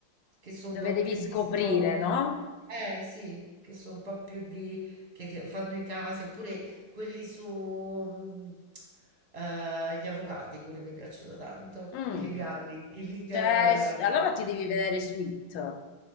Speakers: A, on the right; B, on the left.
A: che sono
B: Dove
A: un po'
B: devi
A: più
B: scoprire,
A: di storia.
B: no?
A: Eh sì, che sono un po' più di... che ti- fanno i casi, oppure quelli su... mm, eh, gli avvocati pure mi piacciono tanto,
B: Mm.
A: i legali, i legal...
B: C'è- allora ti devi vedere Sweet.